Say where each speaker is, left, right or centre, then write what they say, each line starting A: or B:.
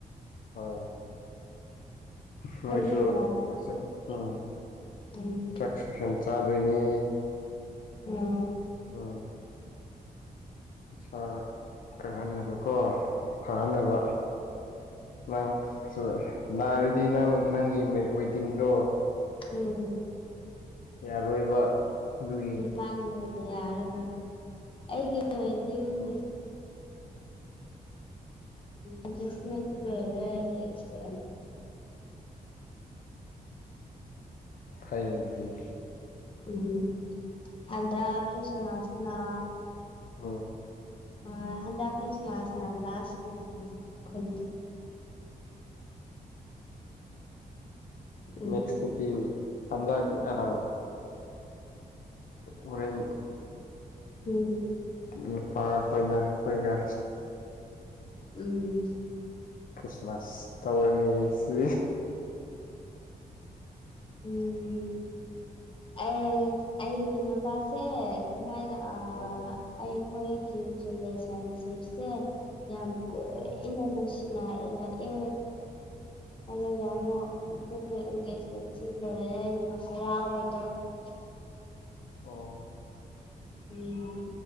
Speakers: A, on the left (about 65°); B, on the left (about 35°).
A: ꯍꯣꯏ ꯃꯣꯏꯁꯨꯪ
B: ꯑꯩꯈꯣꯏꯁꯨ ꯅꯥꯗꯕꯅꯤꯅ
A: ꯎꯝ
B: ꯎꯝ
A: ꯆꯥꯛꯁꯨ ꯌꯥꯝ ꯆꯥꯗꯣꯏꯅꯤ
B: ꯎꯝ
A: ꯎꯝ ꯏꯁꯥ ꯀꯪꯍꯟꯅꯕꯀꯣ ꯐꯍꯟꯅꯕ ꯅꯪ ꯅꯥꯔꯗꯤ ꯅꯪ ꯅꯪꯒꯤ ꯋꯦꯗꯤꯡꯗꯣ
B: ꯎꯝ
A: ꯌꯥꯔꯣꯏꯕ ꯑꯗꯨꯒꯤ
B: ꯃꯥ ꯅꯦ ꯌꯥꯔ ꯑꯩꯒꯤꯦ
A: ꯎꯝ
B: ꯎꯝꯁ ꯃꯔꯁ
A: ꯐꯥꯏꯅ ꯑꯗꯨꯗꯤ
B: ꯎꯝ ꯍꯗ ꯈ꯭ꯔꯤꯁꯃꯁꯅ
A: ꯑ
B: ꯑ ꯍꯟꯗ ꯈ꯭ꯔꯤꯁꯃꯥꯁꯅ ꯂꯥꯁ ꯎ ꯈꯨꯟꯗ ꯎꯝ
A: ꯅꯦꯛꯁꯗꯤ ꯑꯗ ꯑ ꯍꯣꯔꯦꯟ
B: ꯎꯝ
A: ꯎ ꯄꯥꯔꯈꯣꯏꯅ ꯑꯩꯈꯣꯏꯒ
B: ꯎꯝ
A: ꯈ꯭ꯔꯤꯁꯃꯥꯁ ꯇꯧꯔꯅꯤ ꯁꯤ
B: ꯎꯝ ꯑꯩ ꯑꯩꯒꯤ ꯅꯨꯄꯥꯁꯦ ꯀꯃꯥꯏꯒ ꯑ
A: ꯑꯣ
B: ꯑꯩꯈꯣꯏꯒꯤ ꯔꯤꯂꯦꯁꯟꯁꯤꯞꯁꯦ ꯌꯥꯝ ꯀꯨꯏꯅ
A: ꯑꯣ
B: ꯅꯨꯡꯁꯤꯅꯔꯛꯑꯦ ꯑꯟꯏꯟꯇꯦꯜꯂꯤꯖꯦꯕꯜ
A: ꯑꯣ
B: ꯎꯝ